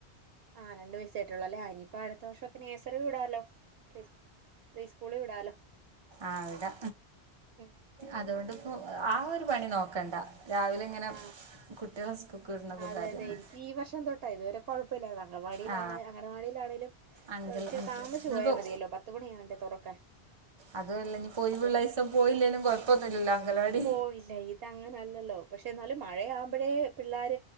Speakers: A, on the right; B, on the right.
A: ആഹ് രണ്ട് വയസായിട്ടൊള്ളു ലെ അനിയിപ്പ അടുത്ത വർഷം ഒക്കെ നയ്‌സറി വിടാലോ പ്രീ പ്രീ സ്കൂള് വിടാലോ
B: ആവിടാ
A: ഉം
B: അതുകൊണ്ടിപ്പോ ആ ഒരു പണി നോക്കണ്ട രാവിലെ ഇങ്ങനെ
A: ആ
B: കുട്ടികളെ സ്കൂൾക്ക് വിടുന്നതും
A: അതെ
B: കാര്യമൊന്നും
A: അതെ എനിക്ക് ഈ വർഷം തൊട്ട ഇതുവരെ കൊഴപ്പില്ലാതാ അംഗനവാടീലാണ്
B: ആ
A: അങ്കനവാടിയിലാണെലും
B: അങ്കിൾ
A: ഇച്ചരി
B: ഇനിയിപ്പോൾ
A: താമസിച്ചു പോയാ മതിയല്ലോ പത്തുമണിയാണ്ടെ തുറക്കാൻ
B: അതല്ലഞ്ഞിപ്പൊയിവുള്ള
A: അപ്പം
B: ഇസം പോയില്ലേലും കൊഴപ്പൊനുല്ലലു അംഗലവാടി
A: പോയില്ല ഇതങ്ങനല്ലല്ലോ. പക്ഷെ എന്നാലും മഴ ആവുമ്പോഴേ പിള്ളേർ